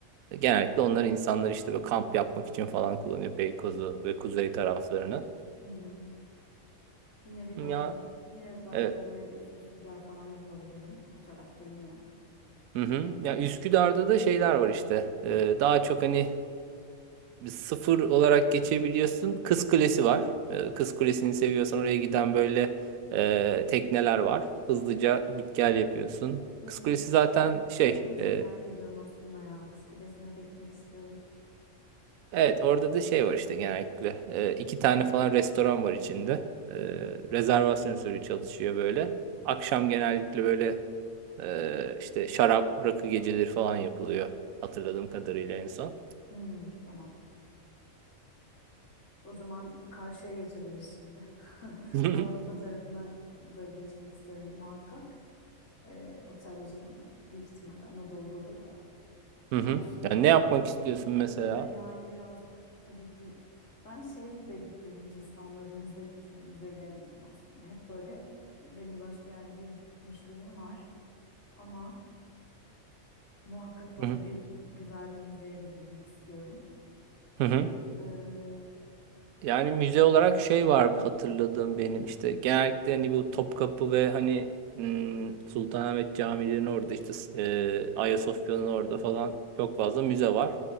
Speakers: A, on the right (about 80°); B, on the left (about 65°).
A: Genellikle onlar insanlar işte böyle kamp yapmak için falan kullanıyor Beykoz'u ve kuzey taraflarını.
B: Hı hı. Yine bir
A: Ya
B: bölge yine belki
A: evet.
B: böyle bir Es- Üsküdar falan yapabilirim o tarafta yine.
A: Hı hı. Ya Üsküdar'da da şeyler var işte. E, daha çok hani sıfır olarak geçebiliyorsun. Kız Kulesi var. Ee, Kız Kulesi'ni seviyorsan oraya giden böyle e, tekneler var. Hızlıca git gel yapıyorsun.
B: Ha,
A: Kız Kulesi zaten şey,
B: orayı da çok
A: e,
B: merak ediyorum aslında ya. Kız Kulesi'ne de gitmek istiyorum.
A: evet orada da şey var işte genellikle. E, iki tane falan restoran var içinde. E, rezervasyon usulü çalışıyor böyle. Akşam genellikle böyle e, işte şarap, rakı geceleri falan yapılıyor. Hatırladığım kadarıyla en son.
B: Hmm, tamam. O zaman karşıya geçebiliriz şimdi. <laughs>
A: <laughs> Hı hı.
B: Avrupa tarafına da geçmek istiyorum muhakkak. Ee, otel o zaman büyük ihtimalle Anadolu'da olur da.
A: Hı
B: Karşıya
A: hı. Yani ne yapmak istiyorsun
B: geçtiğinde
A: mesela?
B: de yani birazcık tabii ki ben şey de gitmedim hiç İstanbul'da müze gitme, müze gezmedim aslında. Hep böyle belli başlı yerlere gitmişliğim var. Ama muhakkak böyle
A: Hı hı.
B: bir güzel bir müzeye de girmek istiyorum.
A: Hı hı.
B: Ee, hı
A: Yani müze olarak şey var hatırladığım benim işte genellikle hani bu Topkapı ve hani hmm, Sultanahmet Camii'nin orada işte e, Ayasofya'nın orada falan çok fazla müze var.